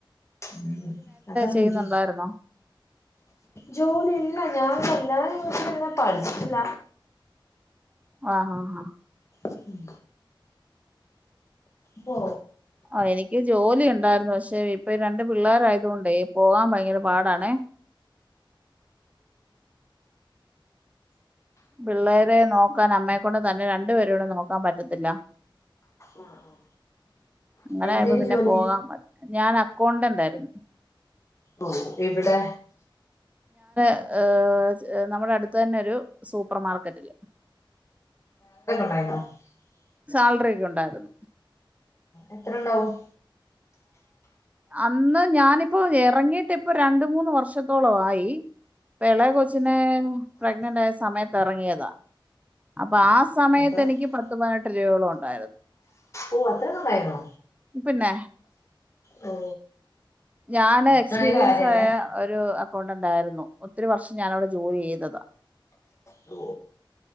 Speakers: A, on the left; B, on the right.
A: മ് മ് അതാണ്
B: ചെയ്യുന്നുണ്ടായിരുന്നോ
A: ജോ ജോലിന്ന ഞാൻ കല്ലണം പിന്നെ പഠിച്ചില്ല
B: ആഹ് ആഹ് ആഹ്
A: ഉം ഓ
B: ആ എനിക്ക് ജോലി ഒണ്ടാരുന്നു പക്ഷെ ഇപ്പൊ ഈ രണ്ട് പിള്ളോരായതൊണ്ടേ പോകാൻ ഭയങ്കര പാടണേ പിള്ളേരെ നോക്കാൻ അമ്മെക്കൊണ്ട് തന്നെ രണ്ടുപേരെടെ നോക്കാൻ പറ്റത്തില്ല
A: ആ ആ
B: അങ്ങനെയപ്പോ
A: എന്തേലും
B: പിന്നെ
A: ജോലി
B: പോകാ മതി ഞാൻ അക്കൗണ്ടന്റ് ആരുന്നു
A: ഓ എവിടെ
B: ഏഹ് ച് നമ്മുടെ അടുത്ത് തന്നെയൊരു സൂപ്പർ മാർക്കറ്റില്
A: <unintelligible>
B: സാലറി ഒക്കെ ഉണ്ടായിരുന്നു
A: എത്ര ഇണ്ടാവും
B: അന്ന് ഞാനിപ്പോ എറങ്ങിട്ട് ഇപ്പൊ രണ്ട് മൂന്ന് വർഷത്തോള ആയി ഇളയ കൊച്ചിനെ പ്രഗ്നന്റ് ആയ സമയത്ത് ഇറങ്ങിയതാ അ പ്പൊ ആ സമയത്ത്
A: അതെ അപ്പൊ
B: എനിക്ക് പത്ത് പതിനെ വല്യോളുംഉണ്ടായിരുന്നു
A: ഓ അത്ര നന്നായിരുന്നോ
B: പിന്നെ
A: ഓ
B: ഞാന്
A: എടുക്കണ
B: എക്സ്പീരിയൻസ്
A: കാര്യല്ലേ
B: ആയ ഒരു അക്കൗണ്ടന്റ് ആയിരുന്നു ഒത്തിരി വർഷം ഞാനവിടെ ജോലി ചെയ്തതാ
A: ലോ